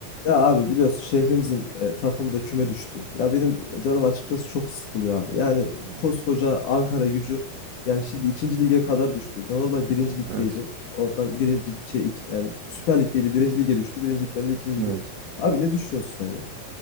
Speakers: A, on the left; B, on the right.
A: Ya abi biliyorsun şehrimizin e, takımı da küme düştü. Ya benim canım açıkçası çok sıkılıyor abi. Yani
B: Hmm.
A: koskoca Ankara Gücü yani şimdi ikinci lige kadar düştü. Normal birinci ligdeydi.
B: Evet.
A: Oradan birinci şey, iki- yani Süper Lig'deydi birinci lige düştü. Birinci ligden de ikinci
B: Evet.
A: lige. Abi ne düşünüyorsun sen ya?